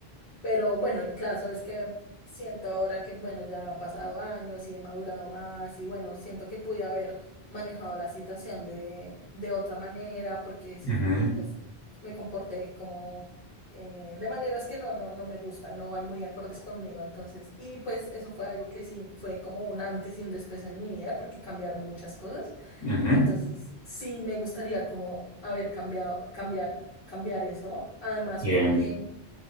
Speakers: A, on the left; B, on the left.
A: Pero bueno, el caso es que siento ahora que, bueno, ya han pasado años y he madurado más y bueno, siento que pude haber manejado la situación de, de otra manera porque sí,
B: ujú,
A: pues me comporté como eh, de maneras que no, no, no me gustan, no van muy acordes conmigo. Entonces, y pues eso fue algo que sí fue como un antes y un después en mi vida porque cambiaron muchas cosas.
B: ujú.
A: Entonces, sí me gustaría como haber cambiado, cambiar, cambiar eso. Además,
B: Bien,
A: porque...